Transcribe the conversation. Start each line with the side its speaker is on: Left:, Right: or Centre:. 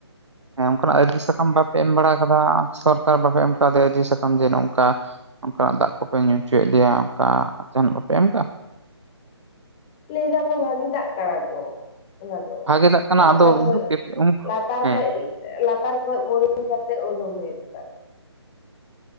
Right: ᱦᱮᱸ ᱚᱱᱠᱟᱱᱟᱜ ᱟᱹᱫᱤ ᱥᱟᱠᱟᱢ ᱵᱟᱯᱮ ᱮᱢ ᱵᱟᱲᱟ ᱟᱠᱟᱫᱟ ᱥᱚᱨᱠᱟᱨ ᱵᱟᱯᱮ ᱮᱢ ᱠᱟᱣᱫᱮᱭᱟ ᱡᱤ ᱥᱟᱠᱟᱢ ᱡᱮ ᱱᱚᱝᱠᱟ ᱚᱝᱠᱟᱱᱟᱜ ᱫᱟᱜ ᱠᱚᱯᱮ ᱧᱩ ᱦᱚᱪᱚᱭᱮᱫ ᱞᱮᱭᱟ ᱚᱱᱠᱟ <unintelligible> ᱮᱢᱠᱟ
Left: ᱞᱟᱹᱭ ᱫᱟᱯᱮ ᱵᱷᱟᱜᱤ ᱫᱟᱜ ᱠᱟᱱᱟ ᱛᱚ ᱚᱱᱟ ᱫᱚ
Right: ᱵᱷᱟᱜᱮ ᱫᱟᱜ ᱠᱟᱱᱟ
Left: ᱞᱟᱛᱟᱨ
Right: ᱟᱫᱚ
Left: ᱠᱷᱚᱡ
Right: ᱩᱫᱩᱜ ᱯᱮ
Left: ᱞᱟᱛᱟᱨ
Right: ᱦᱮᱸ
Left: ᱠᱷᱚᱡ ᱞᱟᱛᱟᱨ ᱠᱷᱚᱡ ᱵᱳᱨᱤᱝ ᱠᱟᱛᱮᱫ ᱩᱰᱩᱝ ᱦᱩᱭᱩᱜ ᱠᱟᱱᱟ᱾